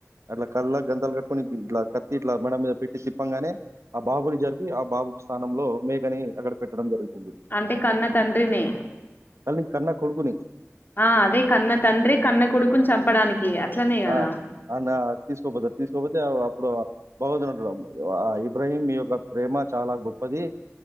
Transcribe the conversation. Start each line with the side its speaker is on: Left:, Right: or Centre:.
Right: అట్లా కళ్ళ గంతలు కట్టుకొని ఇట్లా కత్తి ఇట్లా మెడ మీద పెట్టి తిప్పంగానే ఆ బాబుని జరిపి బాబు స్థానంలో మేకని అక్కడ పెట్టడం జరిగింది
Left: అంటే కన్న తండ్రినే
Right: అల్ని కన్నా కొడుకుని
Left: ఆ అదే కన్న తండ్రి కన్న కొడుకుని చంపడానికి అట్లనే కదా
Right: ఆ! ఆ! నా తీసుకోపోతారు తీసుకోపోతే అప్పుడు బాగోద్ని అంటడు ఆ ఇబ్రాహీం మీ యొక్క ప్రేమ చాలా గొప్పది